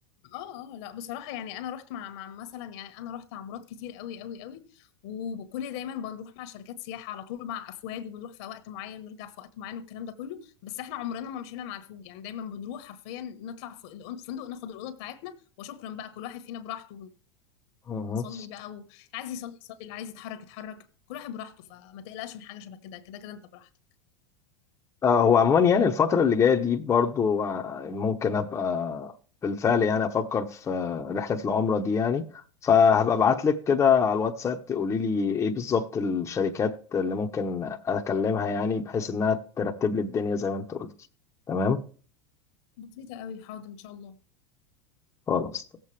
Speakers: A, on the left; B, on the left.
A: اه اه لا بصراحة يعني انا رحت مع مع مثلا يعني انا رحت عمارات كتير قوي قوي قوي وكل دايما بنروح مع شركات سياحة على طول مع افواج وبنروح في وقت معين ونرجع في وقت معين والكلام ده كله بس احنا عمرنا ما مشينا مع الفوج يعني دايما بنروح حرفيا نطلع فوق الفندق ناخد الأوضة بتاعتنا وشكرا بقى كل واحد فينا براحته
B: يعني
A: ونصلي بقى واللي عايز يصلي يصلي اللي عايز يتحرك يتحرك كل واحد براحته فما تقلقش من حاجة شبه كده كده كده انت براحتك
B: آه، هو عموما يعني الفترة اللي جاية دي برضو آه، ممكن أبقى بالفعل يعني أفكر في آه، رحلة العمرة دي يعني فهبقى ابعت لك كده على الواتساب تقولي لي إيه بالظبط الشركات اللي ممكن أكلمها يعني بحيث إنها ترتب لي الدنيا زي ما أنت قلتي تمام
A: بسيطة قوي حاضر ان شاء الله
B: خلاص